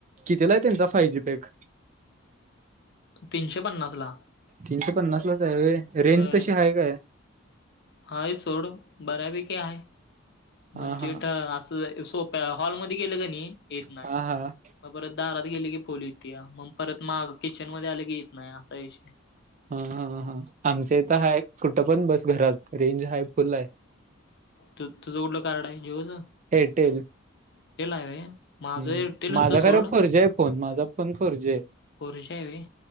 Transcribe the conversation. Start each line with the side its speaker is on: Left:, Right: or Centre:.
Right: कितीला आहे, त्यांचा फाय जी पॅक.
Left: तीनशे पन्नास ला
Right: तीनशे पन्नास लाच आहे होय, रेंज
Left: होय
Right: तशी आहे काय?
Left: हाय सोड बऱ्यापैकी हाय. म्हणजे
Right: हा हा
Left: आता सोप्या हॉलमध्ये गेलं कणी येत नाही.
Right: हा हा
Left: मग परत दारात गेली की फोन येतोया. मग परत माग किचन मध्ये आलं की, येत नाही असा विषय हाय.
Right: हा हा हा, आमच्या इथं हाय कुठं पण बस घरात रेंज हाय फुल हाय.
Left: तू तुझं कुठलं कार्ड आहे जीओच.
Right: एअरटेल.
Left: <unintelligible>
Right: हम्
Left: एअरटेल होतं
Right: माझा
Left: सोड
Right: खरं फोरजी आहे फोन, माझा फोन फोरजीय.
Left: फोरजी आहे होय.